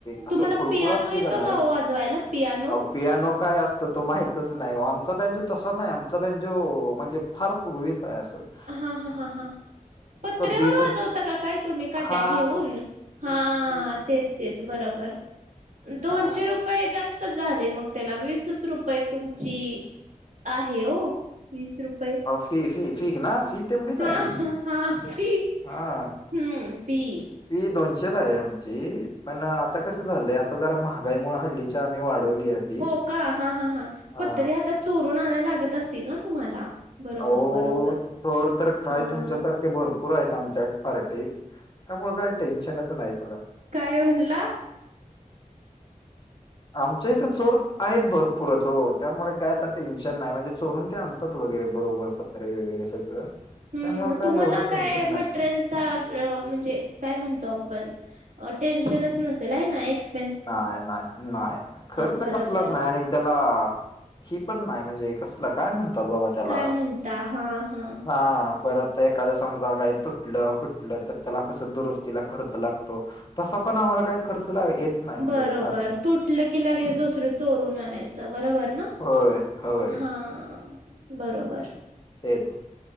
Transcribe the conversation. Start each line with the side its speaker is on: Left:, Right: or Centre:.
Left: असं
Right: तुम्हाला
Left: खुळखूळा
Right: पियानो
Left: असतोय
Right: येतो
Left: का नाही.
Right: ओ वाजवायला पियानो?
Left: <unintelligible> पियानो काय असतो तो माहितच <unintelligible> नाही आमचा बँजो तसा नाही आमचा बँजो म्हणजे फार पूर्वीच आहे अस. <unintelligible>
Right: हा हा हा हा पत्र्यावर
Left: बीट
Right: वाजवता का काय तुम्ही काट्या
Left: हा
Right: घेऊन <unintelligible> हा तेच तेच बरोबर दोनशे
Left: हा
Right: रुपये जास्त <unintelligible> झाले मग त्याला वीसच रुपये तुमची आहे हो वीस रुपये
Left: फी फी फीक ना फी <unintelligible> तेवढीच
Right: हा
Left: आहे आमची
Right: हा हा फी
Left: हा.
Right: हम्म फी
Left: <unintelligible> फी दोनशेच आहे आमची पण आता कसं झालंय आता जरा महागाईमुळे हल्लीच्या आम्ही वाढवली आहे. फी
Right: हो का हा हा हां
Left: हा
Right: पण तरी आता चोरून आणायला लागत असतील ना तुम्हाला. <unintelligible> बरोबर
Left: अहो
Right: बरोबर
Left: थोर तर काय
Right: हा. <unintelligible>
Left: तुमच्यासारखे भरपूर आहेत आमच्या पार्टीत त्यामुळे काही टेन्शनच नाही बघा. <unintelligible>
Right: काय म्हणला <unintelligible>
Left: आमच्या इथं चोर आहेत भरपूरच हो त्यामुळे काय आता टेन्शन नाही म्हणजे चोरून ते आणतात वगैरे बरोबर, पत्रे वगैरे सगळं. <unintelligible>
Right: ह् मग
Left: काय
Right: तुम्हाला
Left: एवढं टेन्शन
Right: काय
Left: नाही
Right: मटेरियल <unintelligible> चा या म्हणजे काय म्हणतो आपण टेशनच <unintelligible>
Left: नाही नाही नाही खर्च
Right: बरोबर
Left: कसलाच नाही आणि <unintelligible> त्याला ही पण नाही म्हणजे कसं <unintelligible> काय म्हणतात बाबा त्याला
Right: काय म्हणता हा हा
Left: हा <unintelligible> परत एखादं समजा काय तुटलं फुटलं तर त्याला कसं दुरुस्तीला खर्च लागतो. <unintelligible> तसा पण आम्हाला काही खर्च येत. <unintelligible>
Right: बरोबर
Left: फार
Right: तुटलं की लगेच दुसरं चोरून आणायचं बरोबर ना. <unintelligible>
Left: होय होय <unintelligible>
Right: हा <unintelligible> बरोबर <unintelligible>
Left: तेच <unintelligible>